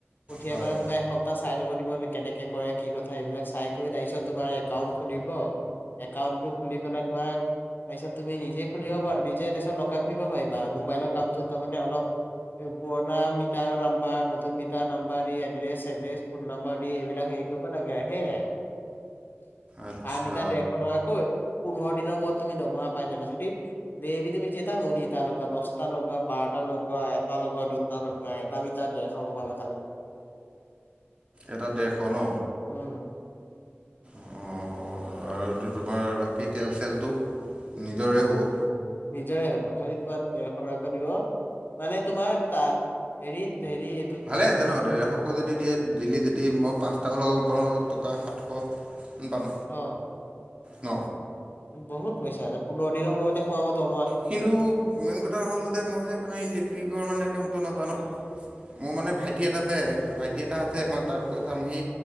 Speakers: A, on the left; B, on the right.
A: পঠিয়াই
B: হয়
A: পেলাই তোমাৰ এসপ্তাহ চাই কেনেকে কৰে কি কথা এইবিলাক চাই কৰি তাৰপিছত তোমাৰ একাউট খুলিব। একাউণ্টটো খুলি পেলাই তোমাৰ তাৰপিছত তুমি নিজে খুলিব পাৰা নিজে তাৰপিছত লগাই ফুৰিব পাৰিবা মোবাইলৰ কামটো তাৰ মানে অলপ। এই পুৰণা মিটাৰ নাম্বাৰ নতুন মিটাৰ নাম্বাৰ দি এড্ৰেছ চড্ৰেছ ফোন নম্বাৰ দি এইবিলাক সেৰি লে সেইয়াই
B: আচ্ছা
A: আমিতা দেৰশ টকাকৈ পোন্ধৰ নম্বৰত তুমি দৰমহা পাই যাবা যদি ডেইলি তুমি জেতা ন ত লগা দহটা লগোৱা বাৰটা লগোৱা। দুটা লগোৱা দুটা এটা মিটাৰ দেৰশ লগাবা খালি।
B: এটা দেৰশ ন
A: উম
B: অহ আৰু তোমাৰ বাকী তেল চেলটো নিজৰে হ'ব।
A: নিজৰে হ'ব খালি তোমাৰ ডেৰশ টকাকৈ দিব মানে তোমাৰ ত হেৰিত হেৰি এইটোত
B: ভালে আছে ন ডেৰশ কৈ যদি দিয়ে এদিন দুদিন মই পাঁচটাও লগাব পাৰোঁ টকা সাতশ মান পাম
A: অ
B: ন
A: বহুত পইচা আছে পোন্ধৰ দিনৰ মূৰতেই সোমাব দৰমহা
B: কিন্তু মেইন কথা হ'ল যে মই আপোনাৰ ইলে্ট্ৰিকৰ মানে কামটো নাজানো মোৰ মানে ভাইটি এটা আছে ভাইটি এটা আছে মই তাক কৈ চাম সি